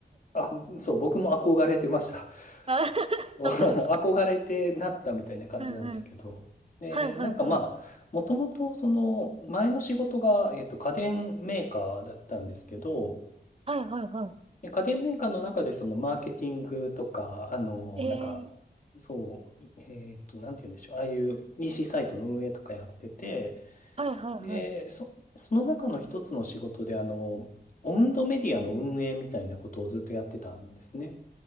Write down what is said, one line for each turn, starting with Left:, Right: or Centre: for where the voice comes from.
Left: あ、そう、僕も憧れてました。
Right: あ、<laughs>
Left: <laughs> 憧れてなったみたいな感じなんですけど。
Right: 本当ですか。うんうん。
Left: で、
Right: はいはいはい。
Left: なんかまあ、もともとその前の仕事が、えっと、家電メーカーだったんですけど、
Right: はいはいはい。
Left: で、家電メーカーの中でそのマーケティングとか、あの、
Right: ええ、
Left: なんか、そう、えっと、なんて言うんでしょう。ああいう EC サイトの運営とかやってて、
Right: はいはいはい。
Left: で、そ、その中の一つの仕事で、あの、オウンドメディアの運営みたいなことをずっとやってたんですね。